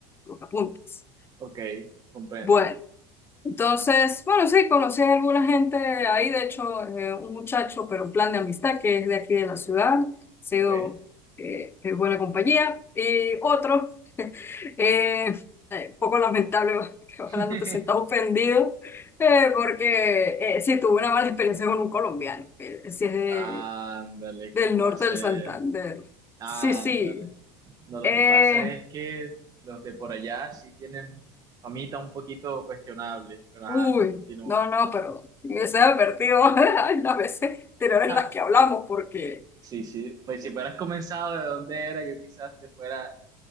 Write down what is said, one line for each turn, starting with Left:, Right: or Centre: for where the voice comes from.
Left: los apuntes.
Right: Ok, comprendo.
Left: Bueno, entonces, bueno, sí, conocí a alguna gente ahí, de hecho, eh, un muchacho, pero un plan de amistad que es de aquí de la ciudad, ha sido
Right: Ok.
Left: eh, eh, buena compañía, y otro, eh, eh, poco lamentable, <laughs> que
Right: <laughs>
Left: ojalá no te sientas ofendido. Eh, porque eh, sí, tuve una mala experiencia con un colombiano. Eh, sí, es de
Right: Ándale,
Left: del
Right: ¿cómo
Left: norte
Right: va a ser?
Left: del Santander.
Right: Ándale.
Left: Sí, sí.
Right: No, lo
Left: Eh,
Right: que pasa es que los de por allá sí tienen famita un poquito cuestionable, pero
Left: uy,
Right: ajá, continúa.
Left: no, no, pero me hubiese advertido <laughs> en las veces anteriores
Right: <laughs>
Left: en las que hablamos, porque
Right: Sí, sí, pues si fueras comenzado de dónde era, yo quizás te fuera,